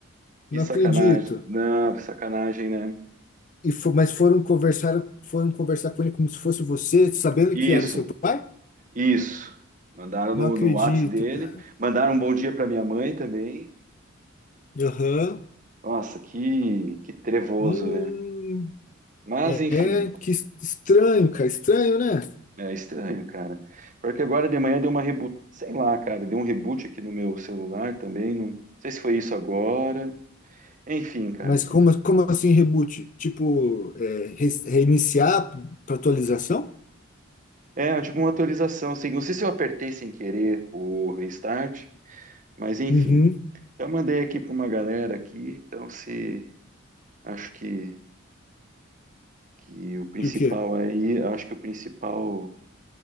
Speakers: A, on the left (about 40°); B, on the right (about 40°).
A: Não
B: Que sacanagem.
A: acredito.
B: Não, sacanagem, né?
A: E fo- mas foram conversar, foram conversar com ele como se fosse você, sabendo
B: Isso,
A: que era seu pai?
B: isso. Mandaram
A: Não
B: no,
A: acredito,
B: no Whats dele,
A: cara.
B: mandaram um bom dia pra minha mãe também.
A: Aham.
B: Nossa, que, que trevoso,
A: Hum,
B: né? Mas,
A: é,
B: enfim,
A: é, que es- estranho, cara, estranho, né?
B: É estranho, cara. Porque agora de manhã deu uma reboot, sei lá, cara, deu um reboot aqui no meu celular também, não sei se foi isso agora. Enfim, cara.
A: Mas como, como assim reboot? Tipo, é, re- reiniciar para atualização?
B: É, tipo uma atualização, assim, não sei se eu apertei sem querer o restart, mas enfim.
A: Uhum.
B: Já mandei aqui para uma galera aqui, então se acho que que o principal
A: E o quê?
B: aí, acho que o principal,